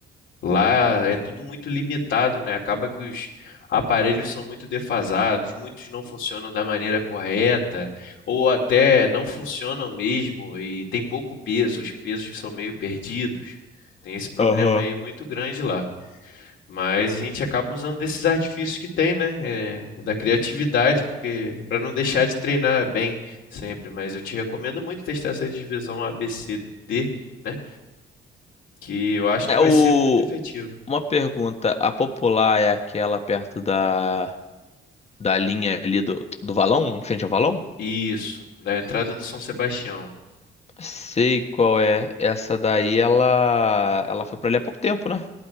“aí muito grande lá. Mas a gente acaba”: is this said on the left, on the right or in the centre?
Left